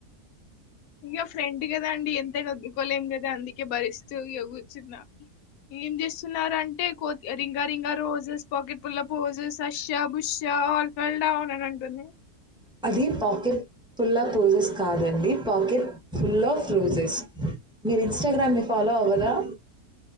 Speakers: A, on the left; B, in the centre.
A: అయ్యో ఫ్రెండ్ కదా అండి ఎంతైనా వదు్కోలేం కదా అందుకే భరిస్తూ ఇగ కూర్చున్నా ఏం చేస్తునార్ అంటే కోతి రింగ రింగా రోజెస్ పాకెట్ పుల్ల posies husha busha all fall down అని అంటుంది
B: అది పాకెట్ ఫుల పోోజెస్ కాదండి పాకెట్ ఫుల ఫోజెస్ మీరు ఇన్స్టాగ్రామ్ ని ఫాలో అవ్వరాా?